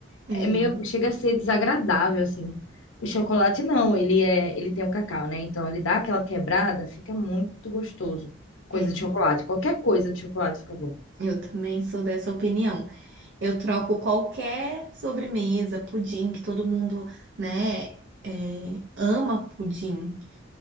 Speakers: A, on the right; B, on the left.
A: É,
B: é meio, chega a ser desagradável, assim. O chocolate não, ele é, ele tem o cacau, né? Então, ele dá aquela quebrada, fica muito gostoso. Coisa
A: é,
B: de chocolate, qualquer coisa de chocolate fica bom.
A: eu também sou dessa opinião. Eu troco qualquer sobremesa, pudim, que todo mundo, né, é, ama pudim.